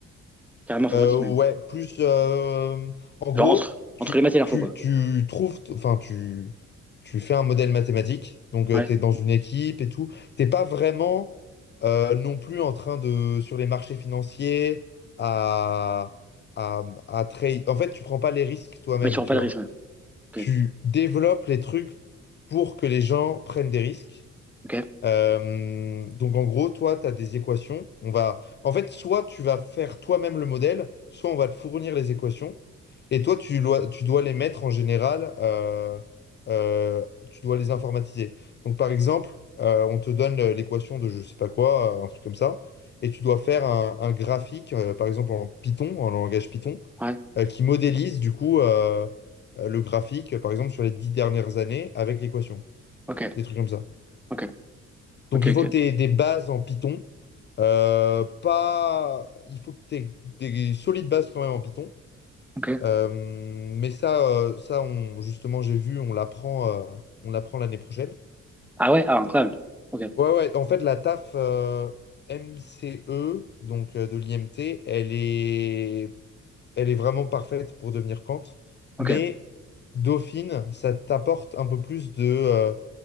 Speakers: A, in the centre; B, on the left (about 35°).
A: Carrément informatique,
B: Euh,
A: même.
B: ouais, plus euh, en gros,
A: Genre entre,
B: tu,
A: entre les maths et l'info,
B: tu,
A: quoi.
B: tu trouves, enfin, tu, tu fais un modèle mathématique, donc
A: Ouais.
B: tu es dans une équipe et tout. T'es pas vraiment euh, non plus en train de, sur les marchés financiers, à, à, à trade. En fait, tu prends pas les risques toi-même,
A: mais tu prends
B: tu
A: pas de
B: vois.
A: risque, ouais.
B: Tu
A: Ok,
B: développes les trucs pour que les gens prennent des risques.
A: ok.
B: Euh, donc en gros, toi, tu as des équations. On va... En fait, soit tu vas faire toi-même le modèle, soit on va te fournir les équations. Et toi, tu dois, tu dois les mettre en général, euh, euh, tu dois les informatiser. Donc par exemple, euh, on te donne euh, l'équation de je sais pas quoi, euh, un truc comme ça, et tu dois faire un, un graphique, euh, par exemple en Python, en langage Python,
A: Ouais,
B: euh, qui modélise du coup euh, euh, le graphique, par exemple sur les dix dernières années avec l'équation,
A: ok,
B: des trucs comme ça.
A: ok,
B: Donc
A: ok, ok,
B: il faut que tu aies des bases en Python. Euh, pas... Il faut que tu aies des solides bases quand même en Python.
A: ok.
B: Euh, mais ça, euh, ça on, justement, j'ai vu, on l'apprend euh, on l'apprend l'année prochaine.
A: Ah ouais, ah, incroyable. Ok,
B: Ouais, ouais, en fait, la taf euh, MCE, donc euh, de l'IMT, elle est... elle est vraiment parfaite pour devenir Kant.
A: ok.
B: Mais Dauphine, ça t'apporte un peu plus de euh,